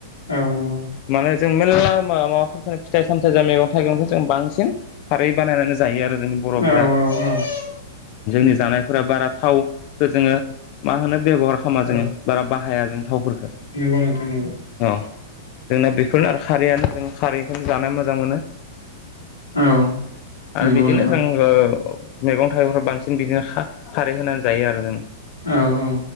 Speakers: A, on the left; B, on the left.
A: औ नंगौ
B: माने जों मेल्ला म माबाफोरखौनो फिथाइ सामथायाइ ज मैगं - थाइगंखौ जों बांसिन खारै बानायनानै जायो। आरो जोंनि बर'फोरा
A: औ औ औ
B: जोंनि जानायफोरा बारा थावखौ जोङो मा होनो बेब'हार खालामा जोङो
A: औ
B: बारा बाहाया जों थावफोरखौ
A: नंगौ नोंथां नंगौ
B: अ जोंना बेफोरनो आरो खारैयानो जों खारैखौनो जानो मोजां मोनो
A: औ
B: आरो
A: नंगौ
B: बिदिनो
A: नोंथां
B: जों ओ मैगं थाइगंफ्राव बांसिन बिदिनो खा खारै होनानै जायो आरो जों
A: औ औ